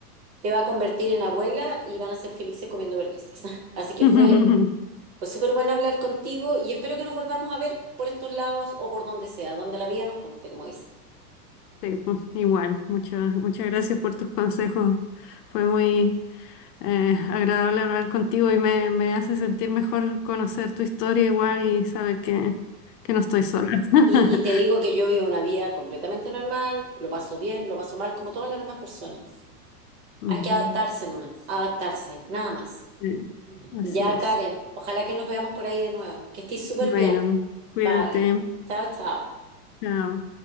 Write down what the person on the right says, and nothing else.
Te va a convertir en abuela y van a ser felices comiendo perdices. <laughs> Así que
fue, fue súper bueno hablar contigo y espero que nos volvamos a ver por estos lados o por donde sea, donde la vida nos junte, como dice.
Y, y te digo que yo vivo una vida completamente normal, lo paso bien, lo paso mal, como todas las demás personas.
Hay que adaptarse nomás, adaptarse, nada más.
Ya,
Karen, ojalá que nos veamos por ahí de nuevo. Que estés súper
bien.
Vale. Chao, chao.